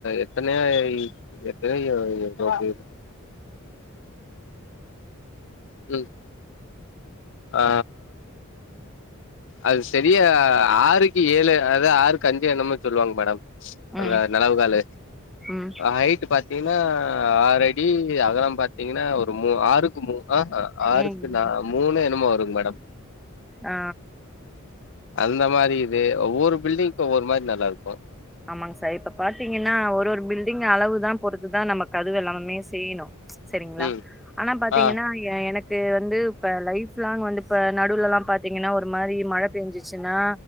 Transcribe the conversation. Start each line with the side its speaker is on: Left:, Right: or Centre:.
Left: எத்தனயாய் எத்தனையோ டோர் இருக் ம் ஆ அது செரியா ஆறுக்கு ஏழு அதாது ஆறுக்கு அஞ்சு என்னமோ சொல்லுவாங்க மேடம்
Centre: ம்
Left: அந்த நெலவு காலு
Centre: ம்
Left: ஹைட் பா தீங்னா ஆரடி அகலம் பார்த்தீங்னா ஒரு மூ ஆறுக்கு மூ அ ஹ ஆறுக்கு
Centre: ம் ம்
Left: நா மூணே ன்னுமோ வருங் மேடம்
Centre: அ
Left: அந்த மாரி இது ஒவ்வொரு பில்டிங்க்கு ஒவ்வொரு மாரி நல்லாருக்கு
Centre: ஆமாங் சார் இப்ப பாத்தீங்கனா ஒரு ஒரு பில்டிங் அளவுதா பொறுத்துதா நம்ம கதுவு எல்லாமமே செய்ணு செரிங்களா
Left: ம்
Centre: ஆனா பாத்தீங்னா
Left: ஆ
Centre: எனக்கு ந்து இப்ப லைஃப்லாங் வந்து இப்ப நடுலல்லா பாத்தீங்கன்னா ஒரு மாரி மழை பேஞ்சுச்சுனா